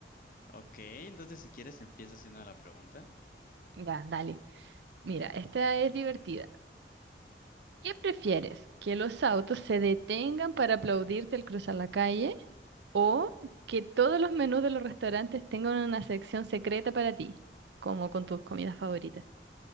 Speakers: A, on the left (about 50°); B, on the right (about 75°).
A: Ok, entonces si quieres empieza haciendo la pregunta.
B: Ya, dale. Mira, esta es divertida. ¿Qué prefieres? ¿Que los autos se detengan para aplaudirte al cruzar la calle o que todos los menús de los restaurantes tengan una sección secreta para ti, como con tus comidas favoritas?